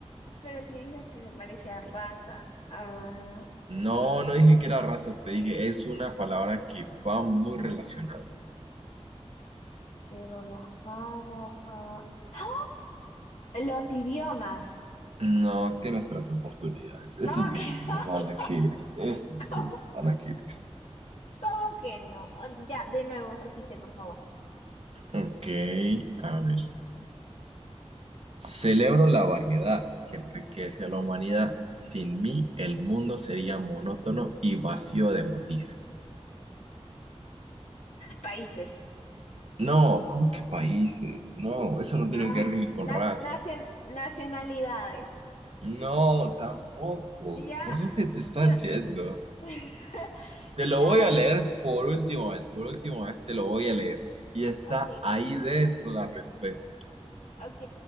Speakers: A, on the left (about 75°); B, on the right (about 65°).
A: Pero si dices que se parece a razas, ah,
B: No, no dije que era razas, te dije, es una palabra que va muy relacionada.
A: pero las razas, ah, ¡Ah! Los idiomas.
B: No te nuestras oportunidades. Es
A: ¿Cómo
B: increíble
A: que no?
B: lo mala que eres. Es increíble
A: <laughs> ¿Cómo,
B: lo mala que eres.
A: cómo que no? Ah, Ya, de nuevo, repite, por favor.
B: Ok, a ver. Celebro la variedad que enriquece a la humanidad. Sin mí, el mundo sería monótono y vacío de matices.
A: Países.
B: No, ¿cómo que países? No, eso no tiene
A: Ah,
B: que ver ni con
A: nas-
B: razas.
A: nacen- nacionalidades.
B: No, tampoco.
A: Ya,
B: ¿Por dónde te estás
A: yo,
B: yendo?
A: <laughs>
B: Te
A: ya,
B: lo voy a leer
A: sí,
B: por última vez, por última vez te lo voy a leer. Y está
A: ok,
B: ahí dentro la respuesta.
A: ok.